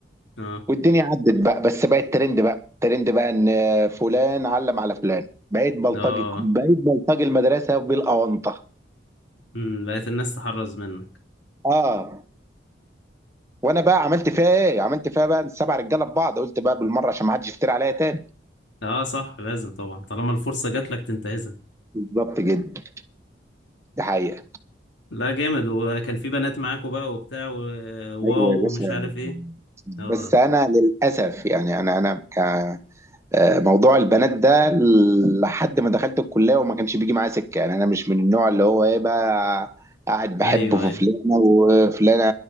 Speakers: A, on the left (about 80°); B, on the right (about 15°).
A: اه
B: والدنيا عدت بقى بس بقت ترند بقى ترند بقى ان فلان علم على فلان بقيت بلطجي
A: اه
B: بقيت بلطجي المدرسه بالاونطه
A: امم بقت الناس تحرز منك
B: اه وانا بقى عملت فيها ايه عملت فيها بقى السبع رجاله ببعض قلت بقى بالمره عشان ما حدش يفتري عليا تاني
A: اه صح لازم طبعا طالما الفرصة جات لك تنتهزها
B: بالظبط جدا ده حقيقه
A: لا جامد وكان في بنات معاكوا بقى وبتاع وواو
B: ايوه يا باشا
A: ومش عارف ايه
B: بس
A: اه
B: انا للاسف يعني انا انا ك آه، موضوع البنات ده لحد ما دخلت الكلية وما كانش بيجي معايا سكة يعني أنا مش من النوع اللي هو إيه بقى قاعد بحب
A: ايوه
B: في
A: ايوه
B: فلانة وفلانة